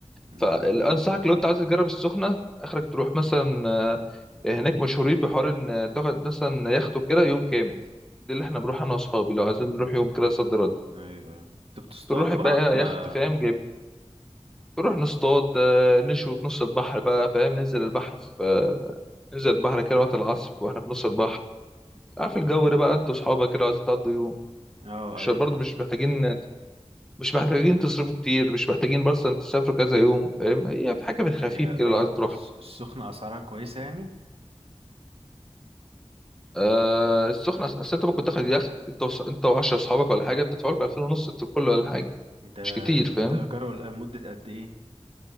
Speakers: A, on the right (about 60°); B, in the centre.
A: امم
B: فانصحك لو انت عايز تجرب السخنه اخرك تروح مثلا آه، هناك مشهورين بحوار ان تاخد مثلا يخت كده يوم كامل ده اللي احنا بنروح انا واصحابي لو عايزين
A: أمم.
B: نروح يوم كده صد رد
A: ايوه ايوه انتوا بتصطادوا
B: بنروح بقى
A: بقى ولا
B: يخت فاهم جايب بنروح نصطاد آه، نشوي في نص البحر بقى فاهم ننزل البحر في آه، ننزل البحر كده وقت العصر واحنا في نص البحر عارف الجو ده بقى انتوا اصحابك كده عايزين تقضوا يوم
A: اه
B: مش
A: ايوه
B: برضه
A: فاهم
B: مش محتاجين مش محتاجين تصرفوا كتير مش محتاجين بس ان تسافروا كذا يوم فاهم هي في حاجه في
A: هي
B: الخفيف
A: اه
B: كده لو عايز تروح
A: الس- السخنه اسعارها كويسه يعني
B: آه السخنه اصل انت ممكن تاخد يخت انت وص... انت و10 اصحابك ولا حاجه بتدفعوا لكم 2000 ونص انتوا الكل ولا حاجه
A: ده
B: مش كتير فاهم
A: ده اجره لمده قد ايه